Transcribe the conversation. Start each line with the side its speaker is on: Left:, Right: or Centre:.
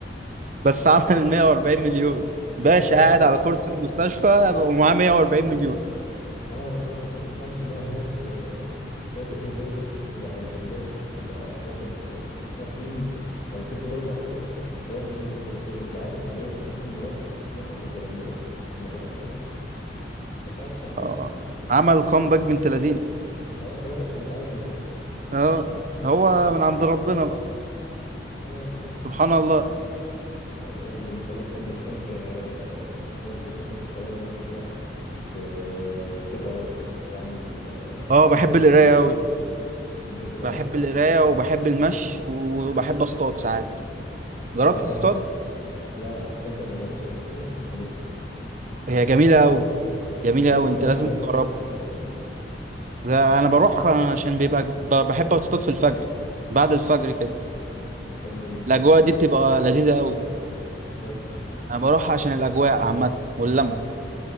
Right: بس عمل 140 مليون باشا
Left: اه
Right: قاعد على كرسي المستشفى ومعاه 140 مليون
Left: اه والله ما تفهمش بقى هناك آه، اترد فيه الروح وبقى الهداف وبقى واخد آه، واخدين لو كسبوا دوري الأبطال هياخدوا ثلاثية انت عارف اللي هو ممكن يكون مرشح ياخد البلندور اللي ما بيعرفش يلعب <laughs> ما تفهمش حصل
Right: اه
Left: له ايه
Right: عمل كومباك بنت لذينه
Left: اه هو نفسه مش عارف ازاي
Right: اه هو من عند ربنا بقى
Left: اه والله
Right: سبحان الله
Left: طب قول لي انت مثلا بتحب آه، في- برضه فترة الفراغ دي وبتاع ت- تقرا تعمل آه،
Right: اه
Left: تنزل
Right: بحب القرايه
Left: مثلا مع اصحابك
Right: قوي
Left: تحب القراية
Right: بحب القرايه وبحب المشي وبحب اصطاد ساعات جربت
Left: ياه
Right: تصطاد
Left: لا تصدق ما جربتش قبل كده بس نفسي
Right: هي جميله قوي جميله
Left: هي فعلا
Right: قوي انت
Left: بتعلمك
Right: لازم تجربها
Left: الصبر والكلام ده
Right: لا انا بروح عشان بيبقى ب- بحب اصطاد في الفجر بعد الفجر كده
Left: ده حلو جدا
Right: الاجواء دي بتبقى لذيذه قوي
Left: ايوه
Right: انا بروح عشان الاجواء عامه واللمه